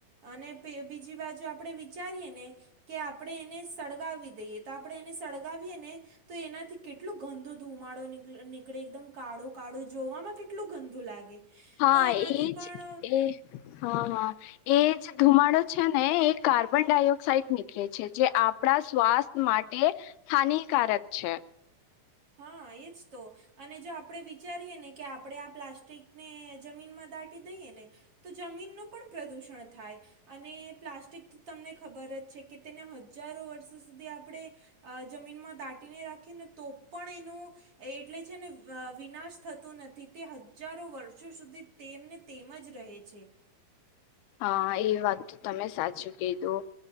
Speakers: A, on the right; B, on the left.
A: અને બીજી બાજુ આપડે વિચારીયે, ને કે આપણે એને સળગાવી દઈએ, તો આપણે એને સળગાવીએે, ને તો એનાથી કેટલું ગંદુ ધૂમા નીકળે એકદમ કાળો કાળો, જોવામાં કેટલું ગંદુ લાગે.
B: હા
A: તો એનાથી
B: એજ
A: પણ
B: એ હા, હા એજ ધુમાડો છે ને એ કાર્બન ડાયોક્સાઇડ નીકળે છે જે આપણા સ્વાસ્થ માટે હાનિકારક છે.
A: હ એજ તો અને જો આપણે વિચારીએ ને કે આપણેે આ પ્લાસ્ટિકને જમીનમાં દાટી દઈએ ને તો જમીન નું પણ પ્રદૂષણ થાય અને પ્લાસ્ટિક તમને ખબર જ છે કે તેને હજારો વર્ષ સુધી આપણે અ જમીનમાં દાટીને રાખીને તો પણ એનું એટલે છે, ને અ વિનાશ થતું નથી તે હજારો વર્ષો સુધી તે તેમને તેમ જ રહે છે.
B: <inaudible> હા એ વાત તો તમે સાચું કીધું